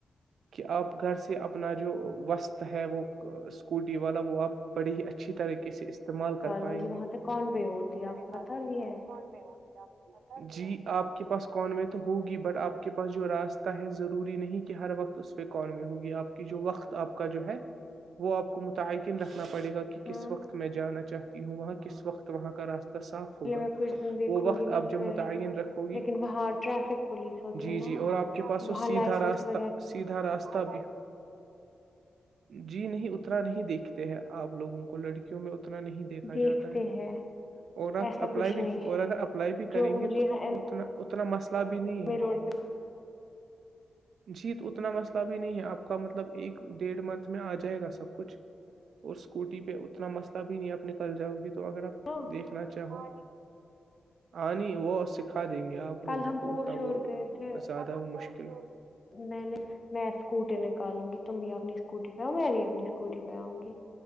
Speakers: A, on the right; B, on the left.
A: کہ آپ گھر سے اپنا جو وسط ہے وہ اسکوٹی والا وہ آپ بڑی ہی اچھی طریقے سے استعمال
B: نکالوں
A: کر پائیں
B: گی وہاں
A: گے
B: سے کون وے ہوتی ہے آپ
A: نکالوں
B: کو پتا بھی ہے
A: گیاں جی آپ کے پاس کون میں تو ہوگی بٹ آپ کے پاس جو راستہ ہے ضروری نہیں ہر وقت اس پہ کون میں ہوگی آپ کی جو وقت آپ کا جو ہے وہ آپ کو متعقن رکھ نا پڑے گا کہ کس
B: ہاں
A: وقت میں جانا چاہتا ہوں وہاں کس وقت وہاں کا راستہ صاف ہوگا
B: پے میں کچھ دن دیکھوں
A: وہ وقت
B: گی نا
A: آپ جب
B: پھر
A: متعین رکھو گی
B: لیکن وہاں ٹریافک پولیس ہوتی
A: جی
B: ہے نا
A: جی اور آپ کے پاس
B: وہاں
A: وہ سیدھا
B: لائسنس
A: راستہ
B: کے ب
A: سیدھا راستہ ب جی نہیں اتنا نہیں دیکھتے ہیں آپ لوگوں کو لڑکیوں میں اتنا نہیں دیکھا
B: دیکھتے
A: جاتا ہے
B: ہیں
A: اور آپ
B: ایسا
A: اپلائی
B: کچھ
A: بھی
B: نہیں ہے
A: اور اگر اپلائی بھی
B: جو
A: کریں
B: مجھے
A: گے تو
B: یہاں ایم
A: اتنا اتنا مسئلہ بھی نہیں
B: اے روڈ پہ
A: جی تو اتنا مسئلہ بھی نہیں ہے آپ کا مطلب ایک ڈیھ منتھ میں آ جائے گا سب کچھ اور اسکوٹی پہ اتنا مسئلہ بھی نہیں آپ ن کل جاؤ گے تو اگر آپ
B: نا
A: دیکھنا چاہو ہ نہیں وہ سکھا ھا دیں گے آپ
B: کل
A: لوگوں
B: ہم
A: کو
B: پور
A: اتنا
B: شور
A: وہ
B: گئے تھے
A: زیادہ وہ مشکل <inaudible>
B: میں نے میں اسکوٹی نکالوں گی تم بھی اپنی اسکوٹی پہ آؤ میں بھی اپنی اسکوٹی پہ آؤں گی